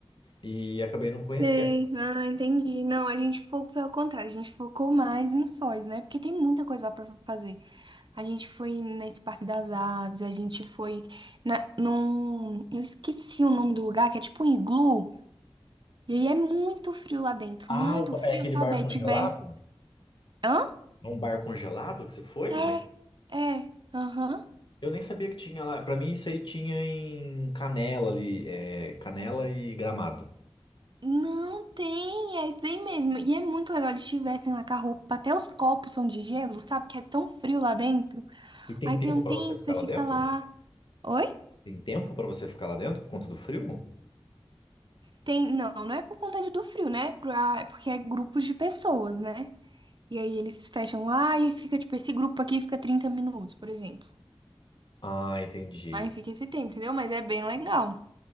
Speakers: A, on the left; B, on the right.
A: e acabei não conhecendo.
B: Sei. Ah, entendi. Não, a gente fo- foi ao contrário, a gente focou mais em Foz, né? Porque tem muita coisa lá pra fazer. A gente foi nesse Parque das Aves, a gente foi na, num. Eu esqueci o nome do lugar, que é tipo um iglu. E aí é muito frio lá dentro,
A: Ah,
B: muito
A: o ba-
B: frio,
A: é aquele
B: sabe?
A: bar
B: Aí
A: congelado?
B: tivesse. Hã?
A: É um bar congelado que você foi?
B: É,
A: Mas
B: é. Aham.
A: eu nem sabia que tinha lá. Pra mim isso aí tinha em Canela ali, é, Canela e Gramado.
B: Não tem, é isso daí mesmo. E é muito legal eles tivessem lá com a roupa. Até os copos são de gelo, sabe? Que é tão frio lá dentro.
A: E tem
B: Aí
A: tempo
B: tem um
A: pra
B: tempo,
A: você ficar
B: você
A: lá
B: fica
A: dentro?
B: lá. Oi?
A: Tem tempo pra você ficar lá dentro por conta do frio?
B: Tem. Não, não é por conta de- do frio, né? É por- ah é porque é grupos de pessoas, né? E aí eles fecham lá e fica, tipo, esse grupo aqui fica 30 minutos, por exemplo.
A: Ah, entendi.
B: Aí fica esse tempo, entendeu? Mas é bem legal.